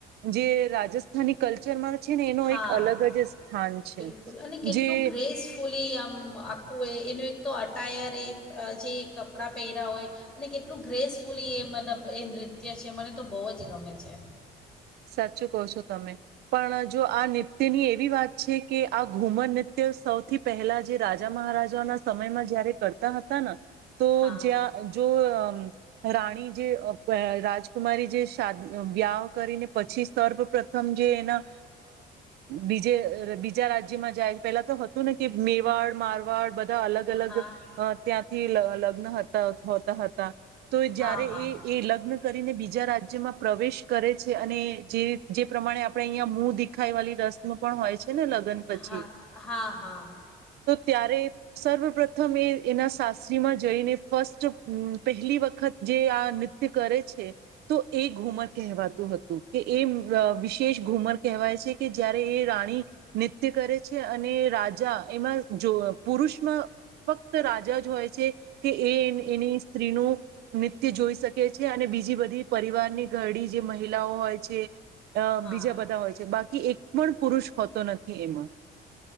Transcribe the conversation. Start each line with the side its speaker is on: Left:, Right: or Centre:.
Right: જે રાજસ થાની કલ્ચરમાં છે ને એનો એક
Centre: હા,
Right: અલગ જ સ્થાન છે
Centre: બિલકુલ અને કેટલું
Right: જે
Centre: ગ્રેસફુલી આમ આખૂ એય એનું એક તો અટાયર એ જે કપડાં પહેર્યાં હોય અને કેટલું ગ્રેસફુલી એ મતલબ એ નૃત્ય છે મને તો બહુ જ ગમે છે.
Right: સાચું કહ છો, તમે પણ જો આ નૃત્યની એવી વાત છે કે, આ ઘુમર નૃત્ય સૌથી પહેલા જે રાજા મહારાજાઓના સમયમાં જયારે કરતા હતા ને તો,
Centre: હા
Right: જ્યાં જો રાણી જે અ રાજકુમારી જે શાદ જે વ્યાહ કરીને પછી સર્વ પ્રથમ જે એના બીજ બીજા રાજ્યમાં જાય પેલા તો હતું ને કે, મેવાડ, મારવાડ બધ અલગ અલગ
Centre: હા
Right: ત્યાંથી લગ્ન હોતા હતા તો જયારે
Centre: હા હા
Right: એ એ લગ્ન કરીને બીજા રાજ્યમાં પ્રવેશ કરે છે અને જે, જે પ્રમાણે આપડે અહીંયા મુંહદિખાઈ વાલી રસ્મ પણ હોય છે. છે ને લગન પછી.
Centre: હા હા હા
Right: ત્યારે, સર્વ પ્રથમ એ એના સાસરીમાં જઈને ફસ્ટ જો પહેલી વખત જે આ નૃત્ય કરે છે તો એ ઘુમર કહેવાતું હતું. તું, એ વિશેષ ઘૂમર કહેવાય છે, કે જયારે એ રાણી નૃત્ય કરે છે, અને રાજા એમાં જો પુરુષમાં ફક્ત રાજા જ હોય છે, કે એ એની સ્ત્રીનું નૃત્ય જોઈ શકે છે, અને બીજી બધી પરિવારની ઘરડી જે મહિલા લાઓ હોય છે અ, બીજા
Centre: હા
Right: બધા હોય છે. બાકી કી એક પણ પુરુષ હોતો નથી એમાં.